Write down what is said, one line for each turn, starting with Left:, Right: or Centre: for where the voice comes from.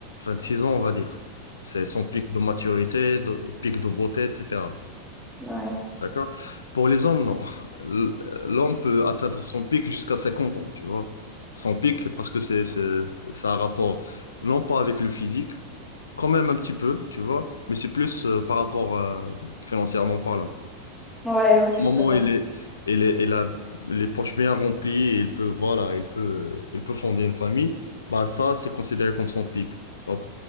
Left: vingt six ans, on va dire. C'est son pic de maturité, de, pic de beauté, etc.
Centre: Ouais,
Left: D'accord? Pour les hommes, non. L- L'homme peut atteindre son pic jusqu'à 50 ans, tu vois. Son pic, parce que c'est, c'est, ça a un rapport, non pas avec le physique, quand même un petit peu, tu vois, mais c'est plus euh, par rapport euh, financièrement parlant.
Centre: ouais, ouais, tu
Left: Au moment
Centre: as raison.
Left: où il est, il est- il a les poches bien remplies, et il peut, voilà, il peut, il peut fonder une famille, bah ça, c'est considéré comme son pic. Donc,